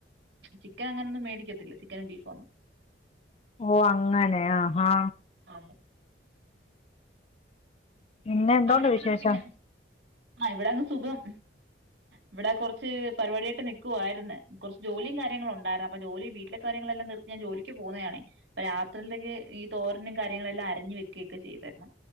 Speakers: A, on the right (about 65°); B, on the left (about 35°).
A: ചിക്കൻ അങ്ങനൊന്നും മേടിക്കത്തില്ല. ബിഫോം
B: ഓ! അങ്ങനെ ആഹാ!
A: അതെ
B: പിന്നെ, എന്തോന്നു
A: അവിടെ എങ്ങനെയുണ്ട്
B: വിശേഷം?
A: പിന്നെ ആ ഇവിടങ്ങ് സുഖം. ഇവിടെ കൊറച്ച് പരിപാടിയായിട്ട് നിക്കുവായ്ര്ന്ന്. കൊർച്ച് ജോലിയും കാര്യങ്ങളും ണ്ടായ്ര്ന്ന്. അപ്പൊ ജോലി, വീട്ടിലെ കാര്യങ്ങളെല്ലാം തീർത്തു ഞാൻ ജോലിക്ക് പോന്നതാണേ. അപ്പൊ രാത്രിയൽത്തേക്ക് ഈ തോരനും കാര്യങ്ങളെല്ലാം അരഞ്ഞു വെക്കുയൊക്കെ ചെയ്താരുന്നു.